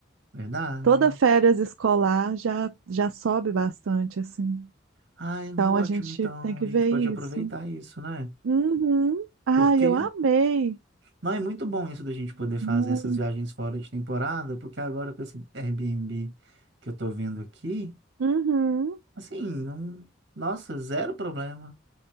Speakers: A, on the right; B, on the right.
A: Verdade?
B: Toda férias escolar já, já sobe bastante, assim.
A: Ai,
B: Então
A: ótimo.
B: a gente
A: Então,
B: tem que
A: a gente
B: ver
A: pode
B: isso.
A: aproveitar isso, né?
B: Uhum. Ai,
A: Porque
B: eu amei.
A: Não, é muito bom isso da gente poder fazer
B: Muito.
A: essas viagens fora de temporada, porque agora com esse Airbnb que eu tô vendo aqui,
B: Uhum.
A: assim, não... nossa, zero problema,